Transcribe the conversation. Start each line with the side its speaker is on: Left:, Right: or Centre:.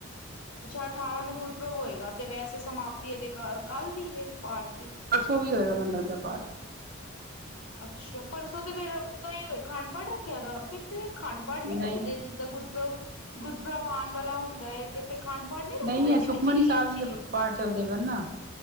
Left: ਅੱਛਾ ਅਠਾਰਾਂ ਨੂੰ ਗੁਰਪ੍ਰਬ ਹੋਏਗਾ, ਤੇ ਵੈਸੇ ਸਮਾਪਤੀ ਏਦੇ ਕਾੱਲ ਦੀ ਏ ਪਾਠ ਦੀ?
Right: ਪਰਸੋ ਵੀ ਹੋਏਗਾ ਮੈਨ ਲਗਦੈ ਪਾਠ।
Left: ਅੱਛਾ, ਪਰਸੋਂ ਤੇ ਫੇਰ ਓਦਾ ਈ ਹੋਏ, ਖੰਡ ਪਾਠ ਰੱਖੇਆ ਦਾ ਫਿਰ? ਤੇ ਖੰਡ ਪਾਠ ਨੀ
Right: ਨਹੀਂ
Left: ਰੱਖਦੇ ਜਿੱਦਾਂ ਗੁਰਪੂਰਵ, ਗੁਰਪ੍ਰਵ ਆਨ ਵਾਲਾ ਹੁੰਦਾ ਏ ਤੇ? ਫਿਰ ਖਾੰਡ ਪਾਠ ਨੀ ਰੱਖਦੇ,
Right: ਨਹੀਂ ਹੈ
Left: ਜਿਵੇਂ
Right: ਸੁਖਮਨੀ
Left: ਚਿੱਲੀਏ-ਚਿੱਲੀਏ
Right: ਸਾਹਿਬ ਜੀ ਦੇ ਪਾਠ ਚੱਲਦੇ ਪਏ ਨਾ